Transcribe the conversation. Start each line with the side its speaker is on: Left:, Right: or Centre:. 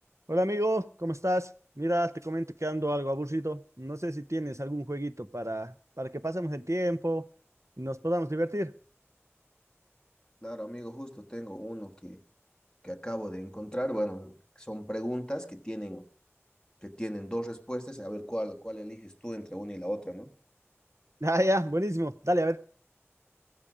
Right: Hola amigo, ¿cómo estás? Mira, te comento que ando algo aburrido. No sé si tienes algún jueguito para, para que pasemos el tiempo y nos podamos divertir.
Left: Claro, amigo, justo tengo uno que, que acabo de encontrar. Bueno, son preguntas que tienen, que tienen dos respuestas, a ver cuál, cuál eliges tú entre una y la otra, ¿no?
Right: <laughs> Ah, ya, buenísimo. Dale, a ver.